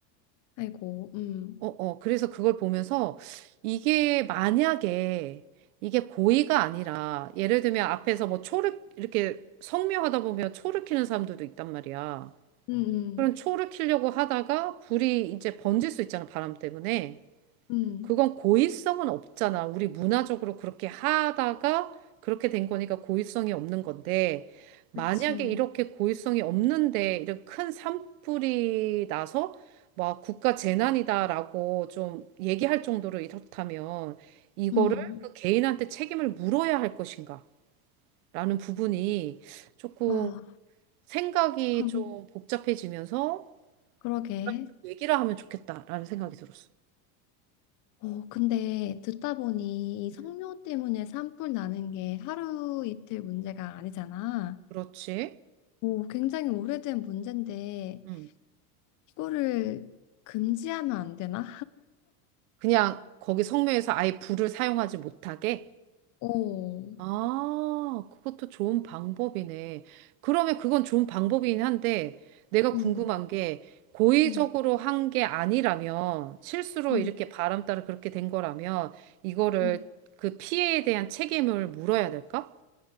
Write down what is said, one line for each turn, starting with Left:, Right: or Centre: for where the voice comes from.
Left: 아이고, 응,
Right: 어, 어, 그래서 그걸 보면서 이게 만약에 이게 고의가 아니라 예를 들면 앞에서 뭐 초를 이렇게 성묘하다 보면 초를 키는 사람들도 있단 말이야.
Left: 응, 응,
Right: 그럼 초를 키려고 하다가 불이 이제 번질 수 있잖아, 바람 때문에.
Left: 응.
Right: 그건 고의성은 없잖아. 우리 문화적으로 그렇게 하다가 그렇게 된 거니까 고의성이 없는 건데, 만약에
Left: 그치,
Right: 이렇게 고의성이 없는데, 이런 큰 산불이 나서, 막 국가 재난이다라고 좀 얘기할 정도로 이렇다면, 이거를
Left: 응.
Right: 그 개인한테 책임을 물어야 할 것인가? 라는 부분이 조금
Left: 아,
Right: 생각이
Left: <laughs>
Right: 좀 복잡해지면서,
Left: 그러게.
Right: 좀 얘기를 하면 좋겠다라는 생각이 들었어.
Left: 어, 근데 듣다 보니 이 성묘
Right: 음.
Left: 때문에 산불 나는 게 하루 이틀 문제가 아니잖아.
Right: 그렇지.
Left: 오, 굉장히 오래된 문제인데
Right: 음.
Left: 이거를 금지하면 안 되나?
Right: 그냥 거기 성묘에서 아예 불을 사용하지 못하게?
Left: 오,
Right: 아, 그것도 좋은 방법이네. 그러면 그건 좋은 방법이긴 한데, 내가
Left: 음,
Right: 궁금한 게, 고의적으로
Left: 음,
Right: 한 게 아니라면, 실수로
Left: 음,
Right: 이렇게 바람 따라 그렇게 된 거라면, 이거를
Left: 음.
Right: 그 피해에 대한 책임을 물어야 될까?